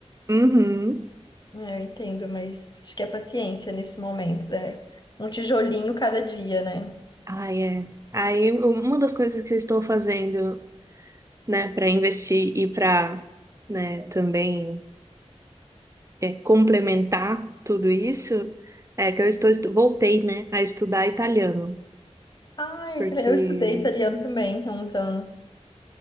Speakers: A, on the right (about 25°); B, on the left (about 40°).
A: Uhum.
B: É, eu entendo, mas acho que é paciência nesses momentos. É um tijolinho cada dia, né?
A: Ai, é. Aí um, uma das coisas que eu estou fazendo, né, para investir e para, né, também é, complementar tudo isso, é que eu estou estu- voltei, né, a estudar italiano,
B: Ai,
A: porque
B: aquele- eu estudei italiano também há uns anos.